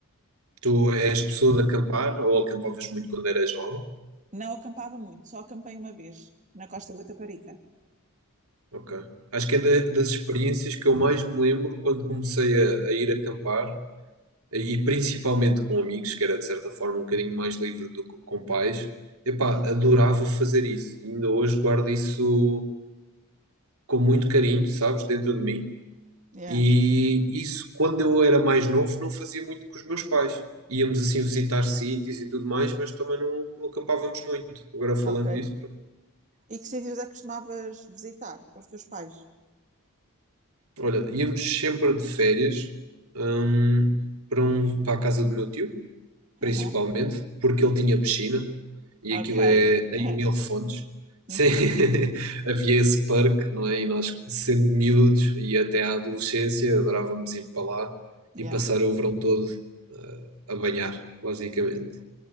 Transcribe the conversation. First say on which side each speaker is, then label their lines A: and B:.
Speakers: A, on the right (about 80°); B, on the right (about 35°).
A: Tu és pessoa de acampar ou acampavas muito quando eras nova?
B: Não acampava muito, só acampei uma vez, na Costa da Caparica.
A: Ok. Acho que é da- das experiências que eu mais me lembro quando comecei a, a ir acampar e principalmente com amigos, que era de certa forma um bocadinho mais livre do que com pais. Epá,
B: Uhum.
A: adorava fazer isso. Ainda hoje guardo isso com muito carinho, sabes, dentro de mim.
B: Yeah,
A: E isso, quando eu era mais novo, não fazia muito com os meus pais. Íamos assim visitar sítios e tudo mais, mas também não, não acampávamos muito. Agora falando
B: ok.
A: disso, pronto.
B: E que sítios é que costumavas visitar com os teus pais?
A: Olha, íamos sempre de férias, hum, para, um, para a casa do meu tio
B: <laughs>
A: principalmente, porque ele tinha piscina e
B: Ok.
A: aquilo é
B: <laughs>
A: em mil fontes. Sim,
B: Uhum.
A: <laughs> havia esse parque, não é? E nós, sendo miúdos e até à adolescência, adorávamos ir para lá
B: Yeah,
A: e passar o verão todo eh, a banhar, basicamente.